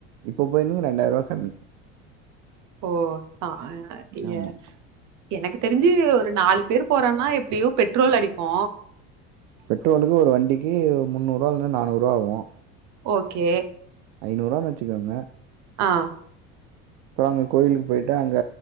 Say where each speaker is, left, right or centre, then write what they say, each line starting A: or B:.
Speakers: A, on the right; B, on the right.
A: இப்ப போயிருந்தீங்க ரெண்டாயிரூபா கம்மி.
B: ஓ. ஆஹ <unintelligible>
A: ஆமா
B: எனக்கு. தெரிஞ்சு ஒரு நாலு பேர் போறோன்னா எப்படியோ பெட்ரோல் அடிப்போ.
A: பெட்ரோலுக்கு ஒரு வண்டிக்கு முன்னூரூபா இருந்து நானூறு. ரூபா ஆகு.
B: ஓகே.
A: ஐநூரூபான்னு வச்சுக்கோங்க.
B: ஆஹ.
A: அப்புறோ அங்க கோயிலுக்கு போயிட்டு அங்க